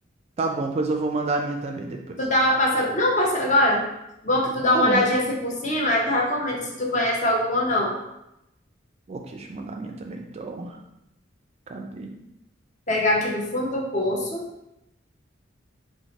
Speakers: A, on the right; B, on the left.
A: Tá bom, pois eu vou mandar a minha também depois.
B: Tu dá uma passada. Não, passa agora. Bom que tu dá
A: Tá
B: uma
A: bom.
B: olhadinha assim por cima, aí tu já comenta se tu conhece alguma ou não.
A: Ok, deixa eu mandar a minha também, então. Cadê?
B: Pegar aqui do fundo do poço.